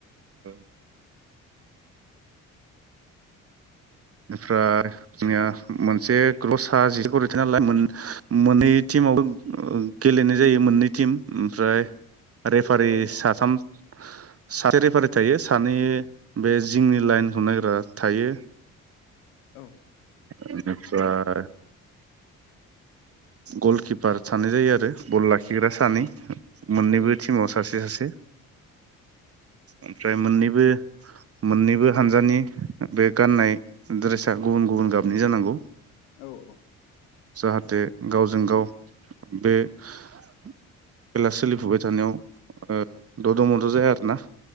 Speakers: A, on the right; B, on the left.
A: औ । ओमफ्राय जोंनिया मोनसे ग्लस जिथरिथ नालाय मोननै टिमावबो गेलेनाय जायो मोननै टिम ओमफ्राय रेफारि
B: औ
A: साथाम
B: औ
A: सारि फारि थायो सानै बे जिंनि लाइनखौ नायग्रा थायो
B: औ
A: इनिफ्राय गलकिपार सानै जायो आरो गल लाखिग्रा सानै मोननैबो
B: औ
A: टिमाव सासे सासे ओमफ्राय मोननैबो मोननैबो हानजानि बे गान्नाय ड्रेसा गुबुन गुबुन गाबनि जानांगौ।
B: औ औ ।
A: जाहाथे गावजों गाव बे खेला सोलिफुबाय थानायाव दद' मद' जाया आरो ना ।